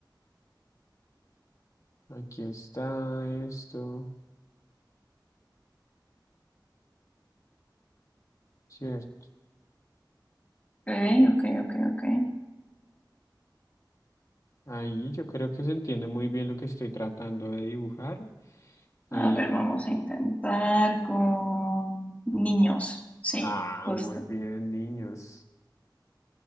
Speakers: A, on the left (about 45°); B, on the left (about 20°).
A: aquí está esto, cierto
B: Ok, ok, ok, ok.
A: Ahí yo creo que se entiende muy bien lo que estoy tratando de dibujar. Ahí.
B: A ver, vamos a intentar con niños. Sí,
A: Ah,
B: justo.
A: muy bien, niños.